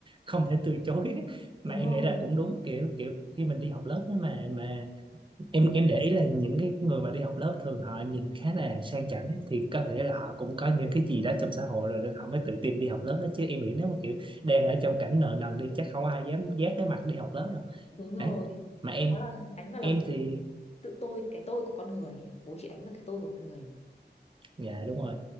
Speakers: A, on the right; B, on the left.
A: không thể từ chối <laughs> mà
B: đúng
A: em
B: rồi
A: nghĩ là cũng đúng kiểu kiểu khi mình đi học lớp á mà mà em em để ý là những cái người mà đi học lớp thường họ nhìn khá là sang chảnh ấy, thì có thể là họ cũng có những cái gì đó trong xã hội rồi nên họ mới tự tin đi học lớp đó chứ em nghĩ nếu mà kiểu đang ở trong cảnh nợ nần đi chắc không ai dám vác cái mặt đi học lớp đâu
B: đúng rồi
A: đấy mà em
B: đó là đánh vào lòng
A: em
B: tự
A: thì
B: tự tôi cái tôi của con người ấy. bố chị đánh vào cái tôi của con người ấy.
A: dạ đúng rồi